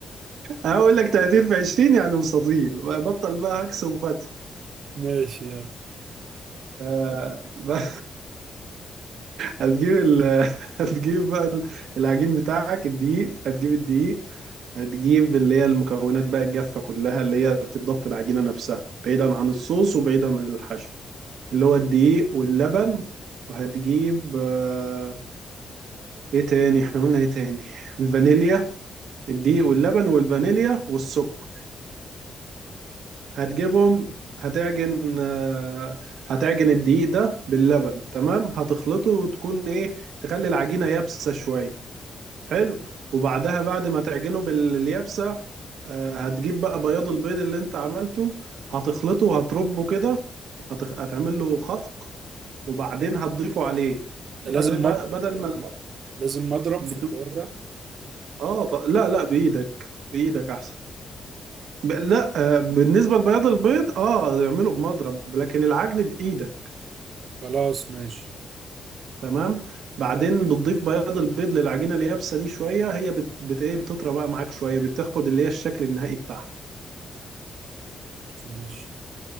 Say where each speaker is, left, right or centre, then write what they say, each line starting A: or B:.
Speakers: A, on the right (about 80°); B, on the right (about 60°).
A: أنا بقول لك 30 في 20 يعني مستطيل بطل بقى هكس وفتي
B: ماشي يلا
A: آه بقى هتجيب ال... <laughs> هتجيب بقى ال- العجين بتاعك الدقيق هتجيب الدقيق هتجيب اللي هي المكونات بقى الجافة كلها اللي هي بتتضاف في العجينة نفسها بعيدا عن الصوص وبعيدا عن الحشو اللي هو الدقيق واللبن وهتجيب آه، ايه تاني احنا قلنا ايه تاني الفانيليا الدقيق واللبن والفانيليا والسكر هتجيبهم هتعجن آه، هتعجن الدقيق ده باللبن تمام هتخلطه وتكون ايه تخلي العجينة يابسة شوية حلو وبعدها بعد ما تعجنه باليابسة آه، هتجيب بقى بياض البيض اللي انت عملته هتخلطه وهتربه كده هتخ... هتعمل له خفق وبعدين هتضيفه عليه بدل
B: <laughs> لازم مب...
A: بدل ما
B: لازم مضرب
A: بت...
B: في الحوار ده
A: اه ط... لا لا بايدك بايدك احسن ب... لا آه، بالنسبة لبياض البيض اه اعمله بمضرب لكن العجن بايدك
B: خلاص ماشي
A: تمام بعدين بتضيف بياض البيض للعجينة اليابسة دي شوية هي بت... بت... إيه، بتطرى بقى معاك شوية بتاخد اللي هي الشكل النهائي بتاعها
B: ماشي